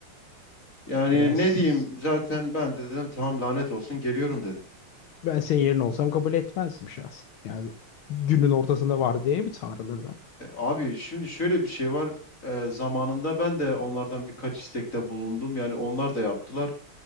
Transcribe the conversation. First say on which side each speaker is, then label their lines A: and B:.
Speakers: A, on the left; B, on the left.
A: Yani
B: Ben, s-
A: ne diyeyim zaten ben de dedim tamam lanet olsun geliyorum dedim.
B: ben senin yerine olsam kabul etmezdim şahsen. Yani günün ortasında var diye mi çağrılır da?
A: E, Abi şimdi şöyle bir şey var. E, zamanında ben de onlardan birkaç istekte bulundum. Yani onlar da yaptılar.